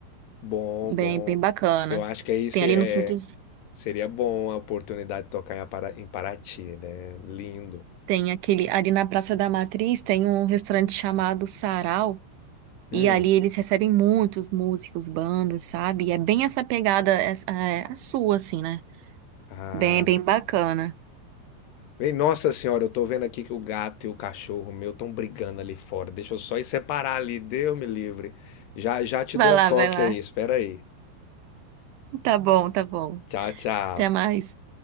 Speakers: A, on the left; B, on the right.
A: bom,
B: Bem,
A: bom.
B: bem bacana.
A: Eu acho que aí se-
B: Tem ali
A: é,
B: no centro,
A: seria bom a oportunidade de tocar em Apara- em Paraty, né? Lindo.
B: tem aquele. Ali na Praça da Matriz tem um restaurante chamado Sarau.
A: Hum.
B: E ali eles recebem muitos músicos, bandas, sabe? E é bem essa pegada, essa- é, a sua, assim, né?
A: Ah.
B: Bem, bem bacana.
A: Bem, nossa senhora, eu tô vendo aqui que o gato e o cachorro meu estão brigando ali fora. Deixa eu só ir separar ali, Deus me livre. Já já te
B: Vai
A: dou um
B: lá,
A: toque
B: vai lá.
A: aí, espera aí.
B: Tá bom, tá bom.
A: Tchau, tchau.
B: Até mais.